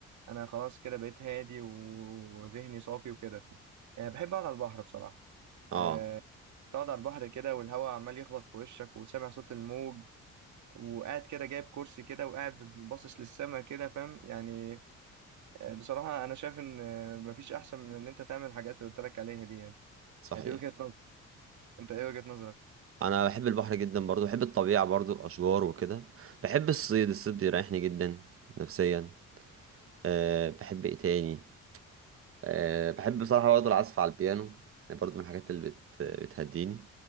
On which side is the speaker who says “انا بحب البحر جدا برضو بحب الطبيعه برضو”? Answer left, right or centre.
Right